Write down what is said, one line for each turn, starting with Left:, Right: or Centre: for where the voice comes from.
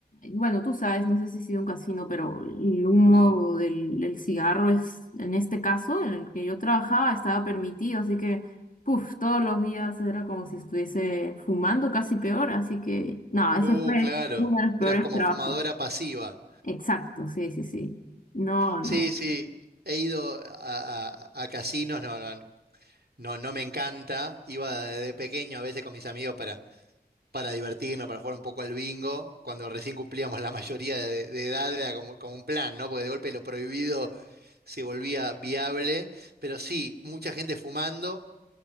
Left: bueno, tú sabes, no sé si ha sido un casino, pero el humo
Right: Mm.
Left: del, del cigarro es, en este caso, en el que yo trabajaba, estaba permitido, así que, puf, todos los días era como si estuviese fumando, casi peor, así que, no, eso
Right: Uh,
Left: fue
Right: claro.
Left: uno de los peores
Right: Eras como
Left: trabajos.
Right: fumadora pasiva.
Left: Exacto, sí, sí, sí. No, no.
Right: Sí, sí. He ido a, a- a casinos, no, no, no, no me encanta. Iba de, de pequeño a veces con mis amigos para para divertirnos, para jugar un poco al bingo, cuando recién cumplíamos la mayoría de, de edad, era como, como un plan, ¿no? Porque de golpe lo prohibido se volvía viable, pero sí, mucha gente fumando